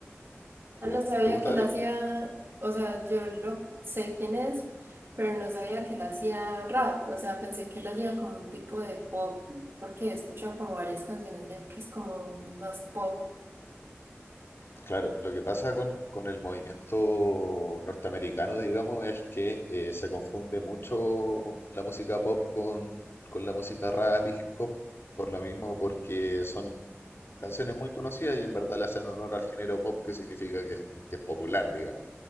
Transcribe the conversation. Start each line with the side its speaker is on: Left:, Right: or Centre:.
Left: ¿Te,
Right: Ah,
Left: gu-
Right: No sabía
Left: te gusta
Right: que
Left: Drake?
Right: él hacía, o sea, yo lo sé quién es, pero no sabía que él hacía rap. O sea, pensé que él hacía como un tipo de pop, porque he escuchado como varias canciones de él que es como más pop.
Left: Claro, lo que pasa con, con el movimiento norteamericano, digamos, es que eh, se confunde mucho la música pop con, con la música rap y hip hop, por lo mismo, porque son canciones muy conocidas y en verdad le hacen honor al género pop, que significa que, es- que es popular, digamos.